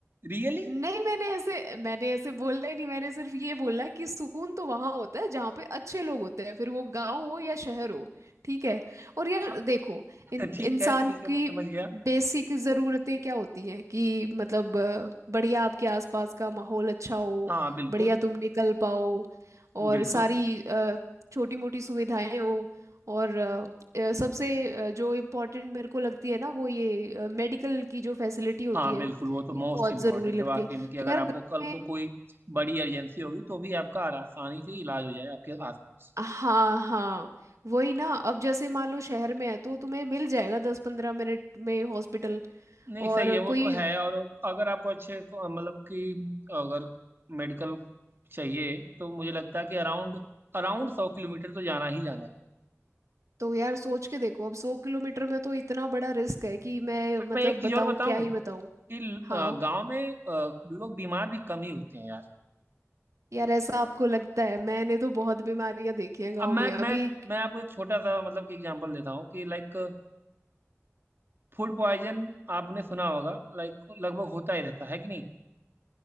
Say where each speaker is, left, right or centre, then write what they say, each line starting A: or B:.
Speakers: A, on the right; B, on the right.
A: रियली
B: नहीं मैंने ऐसे मैंने ऐसे बोला ही नहीं मैंने सिर्फ ये बोला कि सुकून तो वहां होता है जहाँ पे अच्छे लोग होते हैं फिर वो गांव हो या शहर हो ठीक है और यार
A: हाँ
B: देखो
A: <laughs>
B: इन
A: ठीक
B: इंसान
A: है ठीक है मैं
B: की
A: समझ गया
B: बेसिक ज़रूरतें क्या होती हैं कि मतलब अ, बढ़िया आपके आसपास का माहौल अच्छा हो
A: हाँ बिल्कुल
B: बढ़िया तुम निकल पाओ और
A: बिल्कुल
B: सारी छोटी मोटी सुविधाएं हो और अ, अ, सबसे अ, जो इम्पोर्टेंट मेरे को लगती है ना वो ये मेडिकल की जो फैसिलिटी होती
A: हाँ
B: है
A: बिल्कुल वो तो
B: ये
A: मोस्ट
B: बहुत
A: इम्पोर्टेंट
B: जरूरी लगती
A: है वाकई
B: है
A: में कि अगर
B: तो यार
A: आपको
B: गाँव
A: कल
B: में
A: को कोई बड़ी एजेंसी होगी तो भी आपका आसानी से इलाज हो जाए आपके आसपास
B: हाँ हाँ वही ना अब जैसे मान लो शहर में है तो तुम्हें मिल जाएगा दस पंद्रह मिनट में हॉस्पिटल
A: नहीं सही
B: और
A: है वो
B: कोई
A: तो है और अगर आपको अच्छे को- मतलब कि अगर मेडिकल चाहिए तो मुझे लगता है कि अराउंड अराउंड सौ किलोमीटर तो जाना ही जाना है
B: तो यार सोच के देखो अब सौ किलोमीटर में तो इतना बड़ा रिस्क है कि मैं
A: बट
B: मतलब
A: मैं एक चीज़
B: बताऊं
A: और बताऊं
B: क्या ही बताऊं
A: कि
B: हाँ
A: अ, गांव में अ, लोग बीमार भी कम ही होते हैं यार
B: यार ऐसा आपको लगता है मैंने तो बहुत बीमारियां देखी हैं गांव
A: अब मैं
B: में अभी
A: मैं मैं आपको एक छोटा सा मतलब कि एग्जांपल देता हूँ कि लाइक फूड पॉइजन आपने सुना होगा लाइक लगभग होता ही रहता है कि नहीं